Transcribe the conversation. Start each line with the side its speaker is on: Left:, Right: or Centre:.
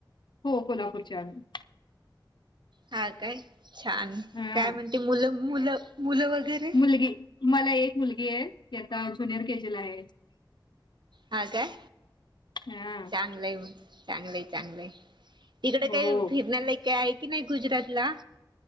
Left: हो कोल्हापूरच्या आम्ही
Right: हा काय छान
Left: हां,
Right: काय म्हणते मुलं मुलं मुलं वगैरे
Left: मुलगी मला एक मुलगी आहे. ती आता ज्युनियर के जी ला आहे.
Right: हा काय!
Left: हा.
Right: च चांगलं चांगलंय तिकड
Left: हो.
Right: काही फिरण काय आहे की नाही गुजरात ला